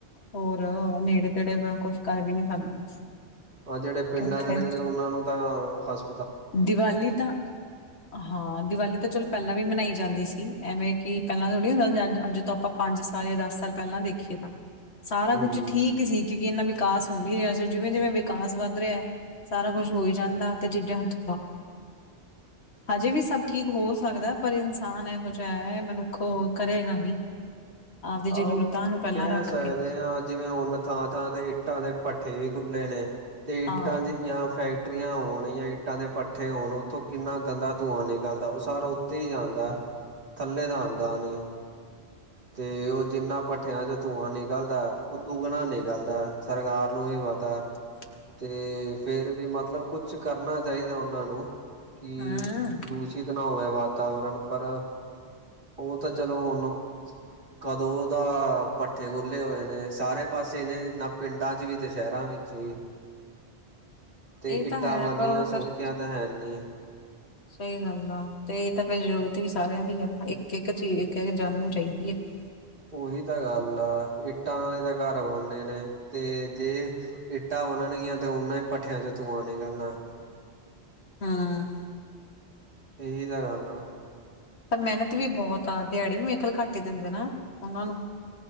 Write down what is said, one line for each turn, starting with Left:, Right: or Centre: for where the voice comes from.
Left: ਹੋਰ ਨੇੜੇ-ਤੇੜੇ ਕੁਛ ਕਰ ਵੀ ਨੀ ਸਕਦੇ।
Right: ਹਾਂ ਜਿਹੜੇ ਪਿੰਡਾਂ
Left: ਕਿੱਥੇ
Right: ਚ ਰਹਿੰਦੇ ਉਹਨਾਂ ਨੂੰ ਤਾਂ ਹਸ
Left: ਦੀਵਾਲੀ ਤਾਂ ਹਾਂ ਦੀਵਾਲੀ ਤਾਂ ਚਲੋ ਪਹਿਲਾਂ ਵੀ ਮਨਾਈ ਜਾਂਦੀ ਸੀ। ਐਵੇਂ ਕਿ ਪਹਿਲਾਂ ਥੋੜ੍ਹੀ ਹੁੰਦਾ ਸੀ ਅੱਜ ਅੱਜ ਤੋਂ ਆਪਾਂ ਪੰਜ ਸਾਲ ਜਾਂ ਦਸ ਸਾਲ ਪਹਿਲਾਂ ਦੇਖੀਏ ਤਾਂ ਸਾਰਾ
Right: ਹੂੰ।
Left: ਕੁੱਛ ਠੀਕ ਸੀ ਕਿਉਕਿ ਇਨਾ ਵਿਕਾਸ ਹੋ ਨਈ ਰਿਆ ਸੀ। ਜਿਵੇਂ, ਜਿਵੇਂ ਵਿਕਾਸ ਵੱਧ ਰਿਆ ਸਾਰਾ ਕੁੱਛ ਹੋਈ ਜਾਂਦਾ ਤੇ ਚੀਜ਼ਾਂ ੳਥ ਅਜੇ ਵੀ ਸਭ ਠੀਕ ਹੋ ਸਕਦਾ ਪਰ ਇਨਸਾਨ ਇਹੋ ਜਿਹਾ ਹੈ ਮਨੁੱਖ ਉਹ ਕਰੇਗਾ ਨੀ ਆਪਦੀ
Right: ਆਹ
Left: ਜਰੂਰਤਾਂ ਨੂੰ ਪਹਿਲਾਂ
Right: ਕਹਿ
Left: ਰੱਖ
Right: ਸਕਦੇ
Left: ਕੇ
Right: ਹਾਂ ਜਿਵੇਂ ਹੁਨ ਥਾਂ ਥਾਂ ਤੇ ਇੱਟਾਂ ਦੇ ਭੱਠੇ ਵੀ ਖੁੱਲ੍ਹੇ ਨੇ ਅਤੇ ਇੱਟਾਂ
Left: ਹਾਂ,
Right: 'ਚ ਜਾਂ ਫੈਕਟਰੀਆਂ ਹੋਣ ਜਾਂ ਇੱਟਾਂ ਦੇ ਪੱਠੇ ਹੋਣ ਉੱਥੋਂ ਕਿੰਨਾ ਗੰਦਾ ਧੂੰਆਂ ਨਿਕਲਦਾ ਉਹ ਸਾਰਾ ਉੱਤੇ ਈ ਜਾਂਦਾ ਥੱਲੇ ਤਾ ਆਉਂਦਾ ਨੀ। ਤੇ ਉਹ ਜਿੰਨਾ ਭੱਠਿਆਂ 'ਚੋਂ ਧੂੰਆਂ ਨਿਕਲਦਾ ਉਹ ਦੁੱਗਣਾ ਨਿਕਲਦਾ ਸਰਕਾਰ ਨੂੰ ਵੀ ਪਤਾ
Left: ਹਾਂ <inaudible>
Right: ਤੇ ਫੇਰ ਵੀ ਮਤਲਬ ਕੁਛ ਕਰਨਾ ਚਾਹੀਦਾ ਉਹਨਾਂ ਨੂੰ ਕਿ
Left: ਹੂੰ।
Right: ਦੂਸ ਦੁਸ਼ਿਤ ਨਾ ਹੋਵੇ ਵਾਤਾਵਰਨ ਪਰ ਉਹ ਤਾਂ ਚਲੋ ਹੁਨ ਕਦੋਂ ਦਾ ਭੱਠੇ ਖੁੱਲੇ ਹੋਏ ਨੇ ਸਾਰੇ ਪਾਸੇ ਨੇ ਨਾ ਪਿੰਡਾਂ ਚ ਵੀ ਅਤੇ ਸ਼ਹਿਰਾਂ ਵਿੱਚ ਵੀ ਤੇ
Left: ਇਹ ਤਾਂ
Right: ਇੱਟਾਂ
Left: ਹੈ
Right: ਬਨਨੀਆਂ
Left: ਪਰ ਉਹ
Right: ਸੋਖੀਆਂ
Left: ਫਿਰ
Right: ਤਾਂ ਹੈ ਨਹੀਂ
Left: ਸਹੀ ਗੱਲ ਆ ਤੇ ਇਹ ਤਾਂ ਫੇਰ ਜ਼ਰੂਰਤ ਵੀ ਸਾਰਿਆਂ ਦੀ ਆ ਇੱਕ ਇੱਕ ਚੀਜ਼ ਇੱਕ ਇੱਕ ਜਾਨ ਨੂੰ ਚਾਹੀਦੀ ਹੈ ਹ
Right: ਉਹੀ ਤਾਂ ਗੱਲ ਆ ਇ ਇੱਟਾਂ ਨਾਲ ਤਾਂ ਘਰ ਬਣਦੇ ਨੇ ਤੇ ਜੇ ਇੱਟਾਂ ਬਣਨਗੀਆਂ ਤੇ ਉਹਨਾ ਹੀ ਭੱਠਿਆਂ ਚੋ ਧੂਆਂ ਨਿਕਲਨਾ ਤੇ
Left: ਹਾਂ
Right: ਇਹੀ ਤਾਂ ਗੱਲ ਆ
Left: ਪਰ ਮਿਹਨਤ ਵੀ ਬਹੁਤ ਆ ਦਿਹਾੜੀ ਵੀ ਮੇਰੇ ਖਿਆਲ ਘੱਟ ਹੀ ਦਿੰਦੇ ਨਾ ਉਹਨਾਂ ਨੂੰ